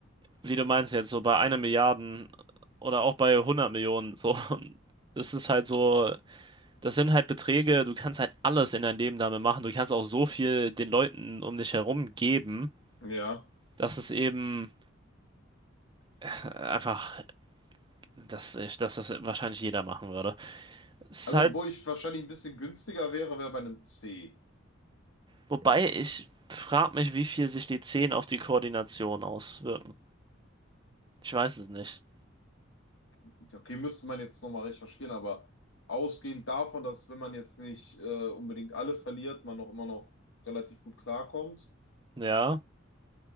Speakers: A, on the right (about 25°); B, on the left (about 80°).
A: wie du meinst jetzt, so bei einer Milliarden oder auch bei hundert Millionen, so, das ist halt so, das sind halt Beträge, du kannst halt alles in deinem Leben damit machen, du kannst auch so viel den Leuten um dich herum geben,
B: ja.
A: dass es eben äh, einfach, dass, ich, dass das wahrscheinlich jeder machen würde. Es
B: Also,
A: ist halt,
B: wo ich wahrscheinlich ein bisschen günstiger wäre, wäre bei einem C.
A: wobei ich frage mich, wie viel sich die 10 auf die Koordination auswirken. Ich weiß es nicht.
B: Ja, Okay, müsste man jetzt nochmal recherchieren, aber ausgehend davon, dass wenn man jetzt nicht äh, unbedingt alle verliert, man noch immer noch relativ gut klarkommt,
A: Ja,